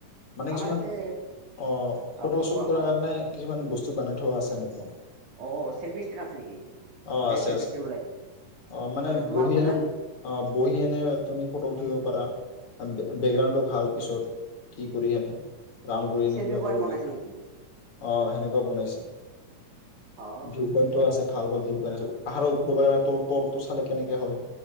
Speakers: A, on the left; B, on the right.
A: মানে
B: আমাৰ
A: কিছুমান
B: ইয়াতে
A: অ
B: অ
A: ফটোশোট
B: ক কোৱা কোৱা
A: কৰাৰ কাৰণে <unintelligible> কিছুমান বস্তু বনাই থোৱা আছে এনেকুৱা
B: অ অ চেল্ফি ষ্টেণ্ড আছে নেকি
A: অ
B: এ
A: আছে
B: চেল্ফি
A: আছে
B: ষ্টেণ্ড বোলে
A: অ মানে
B: তোমাৰ
A: বহি
B: আছে
A: এনে
B: না
A: অ বহি এনে তুমি ফটো উ বেকগ্ৰাউডটো ভাল পিছত কি কৰি হেনে <unintelligible> ৰা কৰি এনে
B: চেল্ফি
A: কিবা
B: পইণ্ট
A: কৰিলেয়
B: বনাইছে নেকি
A: অ সেনেকুৱা বনাইছে
B: অ
A: ভিউ পইন্ও আছে ভাল ভাল <unintelligible> াই পাহাৰৰ ওপ মানে তল তলটো চালে কেনেকে হয়